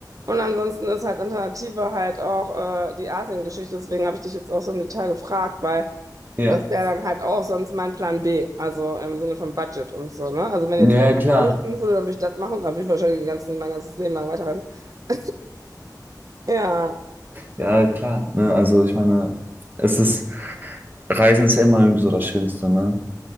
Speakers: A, on the right (about 50°); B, on the right (about 25°).
A: Und ansonsten ist halt Alternative halt auch äh, die Asien-Geschichte. Deswegen habe ich dich jetzt auch so im Detail gefragt, weil
B: Ja,
A: das wäre dann halt auch sonst mein Plan B, also im Sinne von Budget und so, ne? Also wenn
B: ja,
A: jetzt Geld
B: ja, klar.
A: eine Rolle spielen würde, dann würde ich das machen, dann würde ich wahrscheinlich den ganzen, mein ganzes Leben lang weiterreisen. <laughs> Ja,
B: Ja, klar. Ne, also ich meine, es ist, Reisen ist ja immer irgendwie so das Schönste, ne?